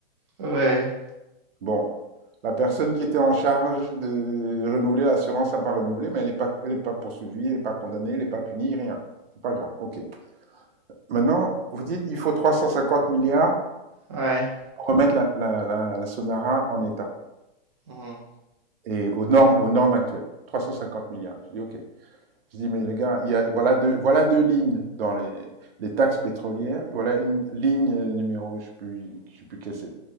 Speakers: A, on the right; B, on the right.
A: Ouais,
B: Bon, la personne qui était en charge de renouveler l'assurance n'a pas renouvelé, mais elle n'est pas, elle n'est pas poursuivie, elle n'est pas condamnée, elle n'est pas punie, rien. C'est pas grave. OK. Maintenant, vous dites il faut 350 milliards
A: ouais.
B: pour remettre la, la, la, la Sonara en état
A: Mhm.
B: et aux normes, aux normes actuelles. 350 milliards. Je dis OK. Je dis mais les gars, il y a, voilà, deux, voilà deux lignes dans les, les taxes pétrolières. Et voilà une ligne euh, numéro, je ne sais plus, je sais plus quelle c'est,